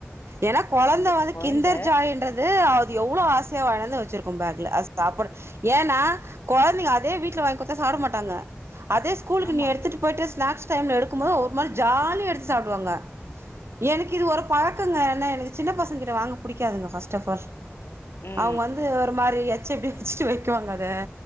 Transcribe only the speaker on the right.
ஏனா கொழந்த
வந்து
கிண்டர் ஜாயின்றது ஆ எவ்ளோ ஆசையா வாய்ட்டு வந்து வச்சிருக்கு பேக்ல அது சாப்புட ஏனா கொழந்தைங்க அதே வீட்ல வாங்கி குடுத்தா சாப்ட மாட்டாங்க அதே ஸ்கூலுக்கு
நீ எடுத்துட்டு போய்ட்டு ஸ்நாக்ஸ் டைம்ல எடுக்கும்போது ஒரு மாரி ஜாலியா எடுத்து சாப்டுவாங்க எனக்கு இது ஒரு பழக்கொங்க ஏனா எனக்கு சின்ன பசங்க கிட்ட வாங்க புடிக்காதுங்க ஃபர்ஸ்ட் அஃப் ஆல்
அவங்க வந்து ஒரு மாரி எச்ச இப்டி வச்சிட்டு வைக்குவாங்க அத